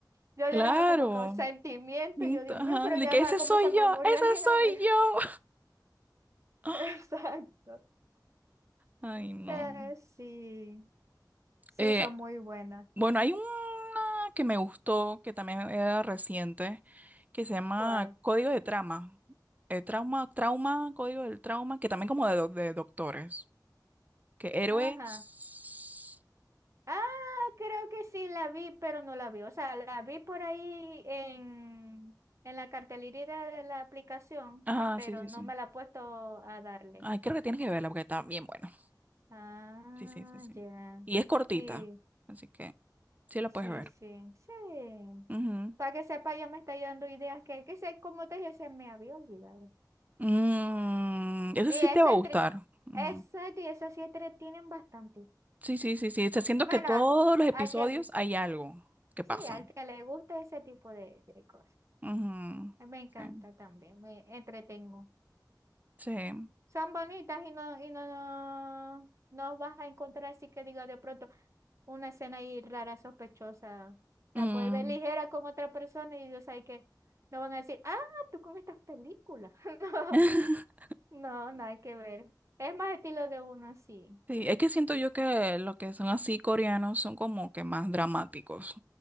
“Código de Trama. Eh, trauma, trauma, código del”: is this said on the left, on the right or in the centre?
Right